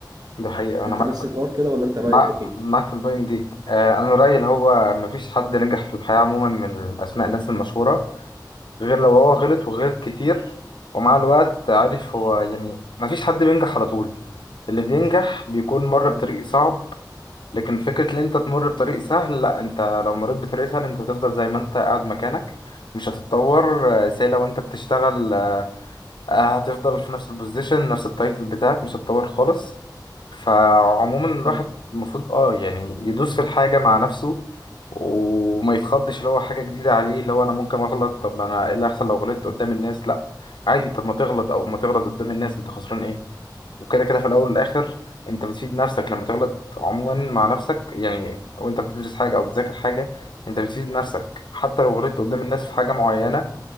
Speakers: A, on the left (about 85°); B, on the right (about 55°).
A: ده حقيقة انا
B: انت
A: معاك
B: نفس
A: في...
B: الحوار كده ولا انت رايك
A: مع...
B: ايه
A: معاك في البوينت دي آه انا رأيي اللي هو مفيش حد نجح في الحياة عموما من اسماء الناس المشهورة غير لو هو غلط وغلط كتير ومع الوقت عارف هو يعني مفيش حد بينجح على طول اللي بينجح بيكون مر
B: فعلا
A: بطريق صعب لكن فكرة ان انت تمر بطريق سهل لا انت لو مريت بطريق سهل انت هتفضل زي ما انت قاعد مكانك مش هتتطور آه، سي لو انت بتشتغل آه، آه، هتفضل في نفس البوزيشن نفس التايتل بتاعك مش هتطور خالص فعموما الواحد
B: مم.
A: المفروض اه يعني يدوس في الحاجة مع نفسه وما يتخضش اللي هو حاجة جديدة عليه اللي هو انا ممكن اغلط طب انا ايه اللي هيحصل لو غلطت قدام الناس لا عادي طب ما تغلط او ما تغلط قدام الناس انت خسران ايه وكده كده في الاول والاخر انت بتفيد نفسك لما تغلط عموما مع نفسك يعني وانت بتدرس حاجة او بتذاكر حاجة انت بتفيد نفسك حتى لو غلطت قدام الناس في حاجة معينة